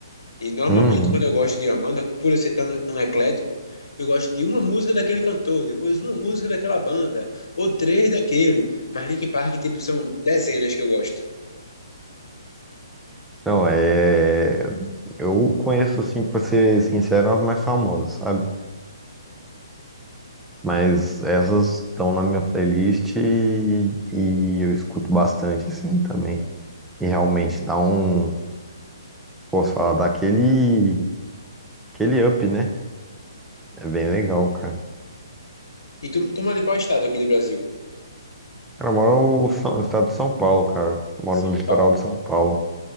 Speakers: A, on the left (about 75°); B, in the centre.
A: E normalmente
B: Uhum.
A: quando eu gosto de uma banda, por eu ser tão, tão eclético, eu gosto de uma música daquele cantor, depois uma música daquela banda, ou três daquele. Mas Linkin Park, tipo, são dezenas que eu gosto.
B: Não, é. Eu conheço, assim, pra ser sincero, as mais famosas, sabe? Mas essas estão na minha playlist e, e eu escuto bastante, assim, também. E realmente dá um. Posso falar daquele. Aquele up, né? É bem legal, cara.
A: E tu, tu mora em qual estado aqui do Brasil?
B: Cara, eu moro no São- no estado de São Paulo, cara. Eu moro
A: São
B: no litoral
A: Paulo.
B: de São Paulo.